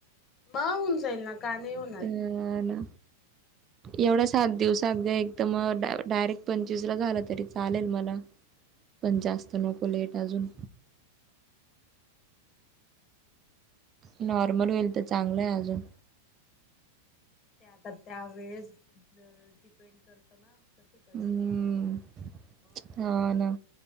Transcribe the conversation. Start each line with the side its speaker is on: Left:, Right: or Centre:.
Left: म होऊन जाईल ना का नाही हो
Right: अ हा ना एवढा सात दिवसात ग एकदम डायरेक्ट पंचवीस ला झाला तरी चालेल मला. पण जास्त नको लेट अजून नॉर्मल होईल त चांगलं य अजून
Left: ते आता त्या वेळेस ड डीप डीपेंड करत ना कशी कंडिशन
Right: हम्म
Left: राहते त म
Right: हा ना